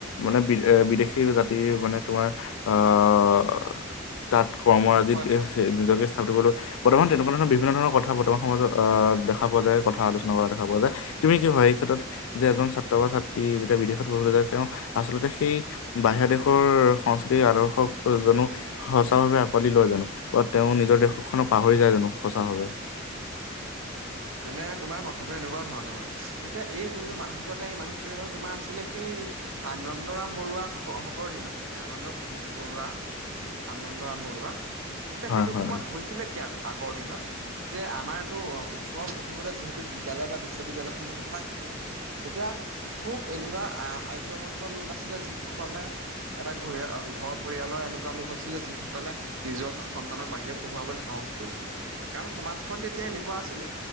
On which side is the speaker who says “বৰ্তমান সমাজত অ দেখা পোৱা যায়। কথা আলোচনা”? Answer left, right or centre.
Left